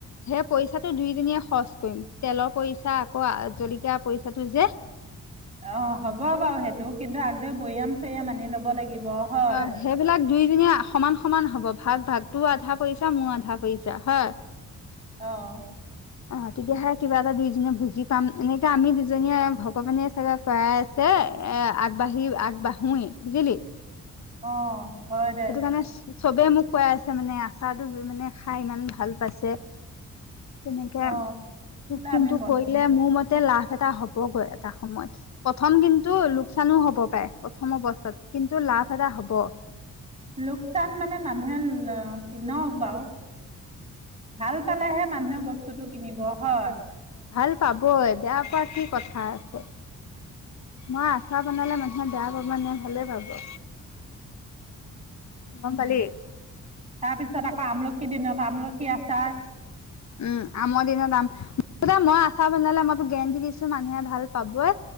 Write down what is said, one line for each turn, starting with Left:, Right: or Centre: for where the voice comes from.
Left: সেই পইচাটো দুইজনীয়ে খৰচ কৰিম, তেলৰ পইচা আকৌ জলকীয়া পইচাটো যে-
Right: অ' হ'ব বাৰু সেইটো কিন্তু আগতে বৈয়াম চৈয়াম আানি লব লাগিব হয়
Left: অ', সেইবিলাক দুয়োজনীয়ে সমান সমান হ'ব, ভাগ, ভাগ, তোৰ আধা পইচা মোৰ আধা পইচা হয়।
Right: অ',
Left: অ' তেতিয়াহে কিবা এটা দুইজনীয়ে বুজি পাম এনেকে আমি দুজনীয়ে ভগৱানে চাগে খৰাই আছে এ আগবাঢ়ি আগবাঢ়োৱে বুজিলি
Right: অ' হয় দে
Left: সেইটো কাৰণে চবে মোক কয় আছে মানে, আচাৰটো মানে খাই ইমান ভাল পাইছে তেনেকে,
Right: অ বোলে
Left: তোক কিন্তু
Right: আমি বনাম
Left: কৰিলে মোৰ মতে লাভ এটা হ'বগৈ এটা সময়ত প্ৰথম, কিন্তু লোকচানো হব পাৰে, প্ৰথম অৱস্থাত কিন্তু লাভ এটা হব।
Right: লোকচান মানে, মানুহে কিনক বাৰু ভাল পালেহে, মানুহে বস্তুটো কিনিব হয়
Left: ভাল পাবই, বেয়া পোৱা কি কথা আছে মই, আচাৰ বনালে মানুহে বেয়া পাব নে ভালে পাব।
Right: <inaudible>
Left: গম পালি
Right: তাৰপিছত, আকৌ আমলখি দিনত আমলখি আচাৰ
Left: উম, আমৰ দিনত আম। মুঠতে মই আছাৰ বনালে মই তোক গেৰেণ্টি দিছোঁ মানুহে ভাল পাবয়ে।